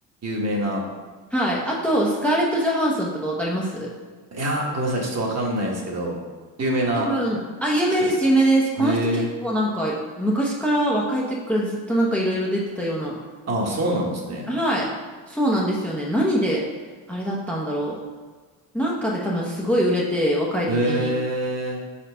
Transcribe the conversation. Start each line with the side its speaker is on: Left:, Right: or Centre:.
Right: 有名な。
Centre: はい。あと、スカーレット・ジョハンソンとかわかります
Right: いや、ごめんなさい、ちょっとわかんないですけど、有名な
Centre: 多分、あ、有名です、
Right: 人ですかええー、
Centre: 有名です。この人結構なんか、昔から若い時からずっとなんかいろいろ出てたような。
Right: ああ、そうなんですね。
Centre: はい。そうなんですよね。何で、あれだったんだろう。なんかで多分すごい売れて、若い時に。
Right: ええー、